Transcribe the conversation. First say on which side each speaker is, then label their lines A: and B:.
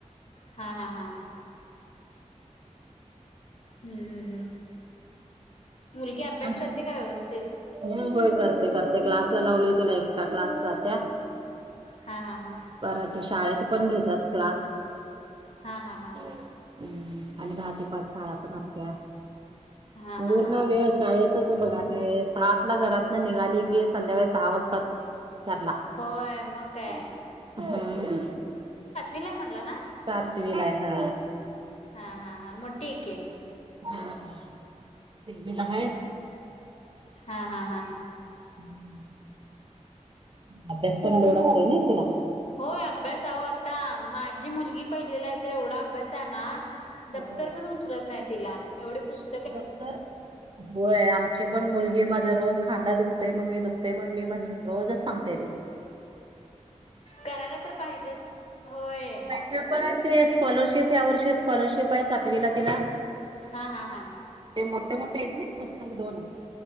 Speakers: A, on the left; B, on the right.
A: हा हा हा. हम्म हम्म हम्म. मुलगी अभ्यास
B: आमची
A: करते काय व्यवस्थित.
B: होय होय. करते करते, क्लासला लावले तिला एक्स्ट्रा क्लास जात्या.
A: हा. हा. हा.
B: परत, शाळेत पण घेत्यात क्लास
A: हा. हा. हा.
B: हम्म. आणि दहा ते पाच शाळा पण असत्या.
A: हा
B: पूर्ण
A: हा हा
B: वेळ शाळेतच बघा ते. आटला घरातन निघाली की, संध्याकाळी सहा वाजता चं. घरला
A: होय मग काय
B: हम्म.
A: पिला म्हणटलं ना.
B: सातवी लाय हा
A: हा हा हा मोठीक आहे.
B: हा ते मला ह
A: हा हा हा
B: हम्म अभ्यास पण लोड असतोय ना तिला
A: होय अभ्यासह आता माझी मुलगी पहिलेली आहे तर एवढा अभ्यास आहे ना. दफ्तर
B: होय
A: पण उचलत नाही तिला एवढे पुस्त
B: दप्तर होय आमची पण मुलगी माझं रोज खांदा दुखते मम्मी दुखतेय मम्मी म्हण रोजच सांगते ती. ह
A: करायला तर पाहिजेच होय.
B: ज पर्य ते स्कॉलरशिप ह्या वर्षी स्कॉलरशिप आहे सातवी ला तिला
A: हा हा हा
B: ते मोठे मोठे आहेत ना पुस्तक दोन